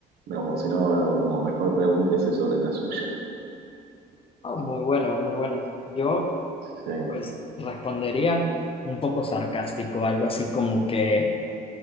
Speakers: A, on the right; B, on the left.
A: o si no, algo como mejor pregúntese sobre la suya.
B: Ah, muy bueno, muy bueno. Yo
A: Sí.
B: pues respondería un poco sarcástico, algo así como que